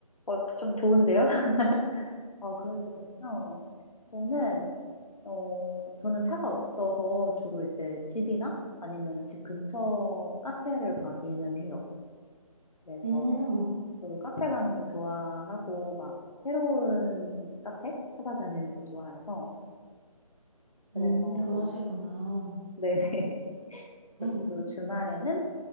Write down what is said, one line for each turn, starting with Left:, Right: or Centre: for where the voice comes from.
Left: 어, 좀 좋은데요? <laughs> 어, 그러시군요. 저는 어, 저는 차가 없어서 주로 이제 집이나 아니면 집 근처 카페를 가기는 해요. 그래서
Right: 음,
Left: 저도 카페 가는 거 좋아하고 막 새로운 카페 찾아다니는 거 좋아해서 그래서
Right: 음, 그러시구나.
Left: 네네. <laughs> 그래서
Right: 음,
Left: 저도 주말에는